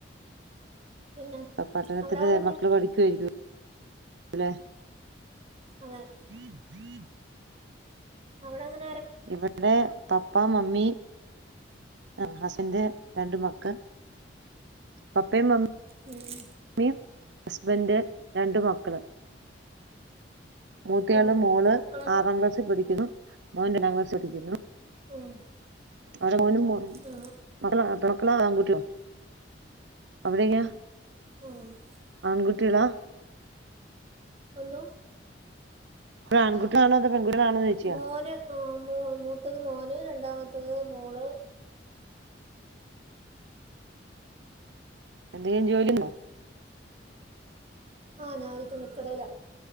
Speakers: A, on the right (about 35°); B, on the right (about 70°).
A: പിന്നെ
B: ആ പട്ടണത്തിന്റെ
A: അവിടെ ആരൊക്കെ
B: മക്കള് പഠിക്കുവാരിക്കും, ല്ലെ
A: അതെ
B: <inaudible>
A: അവിടങ്ങനെ
B: ഇവടേ പപ്പ, മമ്മി ആ ഹസ്ൻ്റ് രണ്ട് മക്ക് പപ്പേ മ മ്മീം
A: ഉം ഉം
B: ഹസ് വന്റെ രണ്ട് മക്കള് മൂത്തയാള്
A: ഉം ഉം
B: മോള്
A: മക്കളൊക്കെ
B: ആറാം ക്ലാസ്സിൽ പഠിയ്ക്കുന്നു. മോൻ രണ്ടാം ക്ലാസ്ൽ പഠിയ്ക്കുന്നു.
A: ഉം.
B: <unintelligible> മോനും
A: ആ
B: മക്കള <unintelligible> കുട്ടിയോ അവിടെയ്ക്കാ
A: ആ ആ
B: ആൺകുട്ടികളാ
A: ഒന്തോ!
B: ആൺകുട്ടിയാണോ, അതോ പെൺകുട്ടികളാണോന്ന് ചോദിച്ചയാ
A: മോന്, ആ മൂ മൂത്തത് മോന്, രണ്ടാമത്തത് മോള്.
B: എന്തേ ജോലിണ്ടോ?
A: ആ ഞാന് തുണിക്കടേല.